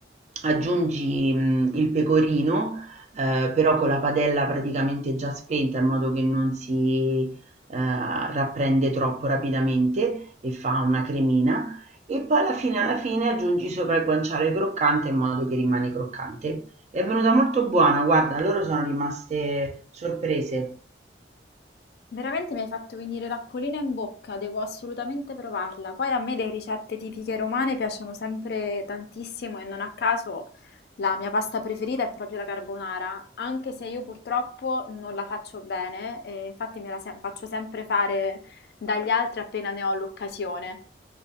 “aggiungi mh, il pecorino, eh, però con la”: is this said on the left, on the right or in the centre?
Right